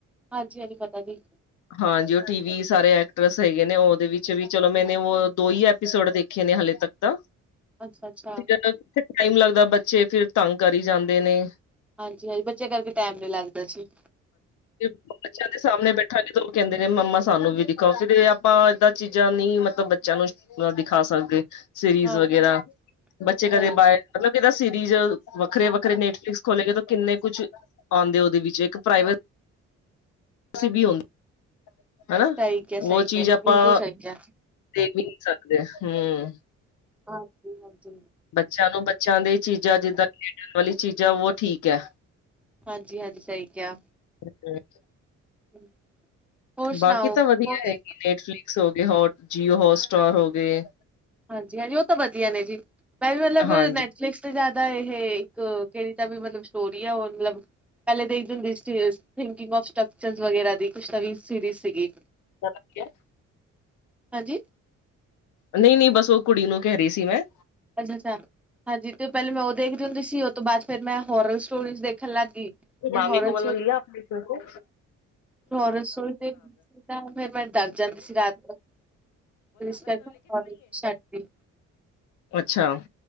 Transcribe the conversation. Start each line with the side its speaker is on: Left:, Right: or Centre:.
Centre: ਹਾਂਜੀ-ਹਾਂਜੀ ਪਤਾ ਜੀ।
Left: ਹਾਂਜੀ ਓ ਟੀ ਵੀ ਸਾਰੇ ਐਕਟਰਸ ਹੈਗੇ ਨੇ ਓਦੇ ਵਿੱਚ ਵੀ ਚਲੋ ਮੈਨੇ ਓ ਦੋ ਈ ਐਪੀਸੋਡ ਦੇਖੇ ਦੇਖੇ ਨੇ ਹਲੇੇ ਤੱਕ ਤਾਂ।
Centre: ਅੱਛਾ-ਅੱਛਾ।
Left: ਫਿਰ ਕਿੱਥੇ ਟਾਈਮ ਲੱਗਦਾ ਬੱਚੇ ਫਿਰ ਤੰਗ ਕਰੀ ਜਾਂਦੇ ਨੇ।
Centre: ਹਾਂਜੀ-ਹਾਂਜੀ ਬੱਚਿਆਂ ਕਰਕੇ ਟੈਮ ਨੀ ਲੱਗਦਾ ਜੀ।
Left: <inaudible> ਸਾਮਣੇ ਬੈਠਾਂਗੇ ਤੇ ਓ ਕੈਂਦੇ ਨੇ ਮੰਮਾ ਸਾਨੂੰ ਵੀ ਦਿਖਾਓ ਫਿਰ ਤੇ ਆਪਾਂ ਏਦਾਂ ਚੀਜ਼ਾਂ ਨੀ ਮਤਲਬ ਬੱਚਿਆਂ ਨੂੰ ਓ ਦਿਖਾ ਸਕਦੇ। ਸੀਰੀਜ਼
Centre: ਹਾਂਜੀ
Left: ਵਗੈਰਾ ਬੱਚੇ ਕਦੇ
Centre: ਸਹੀ
Left: ਬਾਏ ਮਤਲਬ ਕਿਦਾ ਸੀਰੀਜ਼ ਵੱਖਰੇ- ਵੱਖਰੇ ਨੈਟਫਲਿਕਸ ਖੋਲੇ ਗਏ ਕਿੰਨੇ ਕੁੱਛ ਔਂਦੇ ਓਦੇ ਵਿੱਚ ਇੱਕ ਪ੍ਰਾਈਵੇਟ ਕੁਛ ਵੀ ਹੁੰਦਾ, ਹਨਾ
Centre: ਸਹੀ ਕਿਹਾ ਸਹੀ
Left: ਓ ਚੀਜ਼
Centre: ਕਿਹਾ
Left: ਆਪਾਂ
Centre: ਬਿਲਕੁਲ ਸਹੀ ਕਿਹਾ
Left: ਦੇਖ ਵੀ ਨੀ ਸਕਦੇ ਆਂ, ਹੂੰ।
Centre: ਹਾਂਜੀ ਹਾਂਜੀ
Left: ਬੱਚਿਆਂ ਨੂੰ ਬੱਚਿਆਂ ਦੀ ਚੀਜ਼ਾਂ ਜਿੱਦਾਂ ਖੇਡਣ ਵਾਲੀਆਂ ਚੀਜ਼ਾਂ ਉਹ ਠੀਕ ਹੈ
Centre: ਹਾਂਜੀ ਹਾਂਜੀ ਸਹੀ ਕਿਹਾ
Left: ਇਹਦੇ ਵਿੱਚ
Centre: <inaudible>
Left: ਬਾਕੀ ਤਾਂ ਵਧੀਆ
Centre: ਹੋਰ
Left: ਹੈਗੀ ਨੈਟਫਲਿਕਸ ਹੋ ਗਏ ਹੋਟ ਜੀਓ ਹੋਟਸਟਾਰ ਹੋ ਗਏ
Centre: ਹਾਂਜੀ ਹਾਂਜੀ ਉਹ ਤਾਂ ਵਧੀਆ ਨੇ ਜੀ ਮੈਂ ਵੀ ਮਤਲਬ
Left: ਹਾਂਜੀ
Centre: ਨੈਟਫਲਿਕਸ ਜਿਆਦਾ ਇਹ ਇੱਕ ਕਿਹੜੀ ਦਾ ਵੀ ਮਤਲਬ ਸਟੋਰੀ ਆ ਉਹ ਮਤਲਬ ਪਹਿਲੇ ਦੇਖਦੇ ਹੁੰਦੀ ਥਿੰਕਕਿੰਗ ਆਫ ਸਟਕਚਰ ਵਗੈਰਾ ਦੀ ਕੁਛ ਨਵੀਂ ਸੀਰੀਜ਼ ਸੀਗੀ
Left: ਪਤਾ ਲੱਗ ਗਿਆ
Centre: ਹਾਂਜੀ
Left: ਨਹੀਂ ਨਹੀਂ ਬਸ ਉਹ ਕੁੜੀ ਨੂੰ ਕਹਿ ਰਹੀ ਸੀ ਮੈਂ
Centre: ਅੱਛਾ ਅੱਛਾ ਹਾਂਜੀ ਤੇ ਉਹ ਪਹਿਲੇ ਮੈਂ ਉਹ ਦੇਖਦੀ ਹੁੰਦੀ ਸੀ ਉਹ ਤੋਂ ਬਾਅਦ ਫਿਰ ਮੈਂ ਹੋਰਰ ਸਟੋਰੀਜ਼ ਦੇਖਣ ਲੱਗ ਗਈ ਫਿਰ
Left: ਮਾਮੀ
Centre: ਹੋਰਲ
Left: ਕੋ ਬੋਲਨਾ ਲਿਆ ਆਪਕੇ ਟੀਚਰ ਕੋ।
Centre: ਹੋਰੋਰ ਸਟੋਰੀ ਦੇਖ ਕੇ ਫੇਿਰ ਮੈਂ ਡਰ ਜਾਂਦੀ ਸੀ ਰਾਤ ਨੂੰ ਵੀ ਸਟੈਪ ਹੋਰ ਮੂਵੀ ਸਾਈਡ
Left: ਅੱਛਾ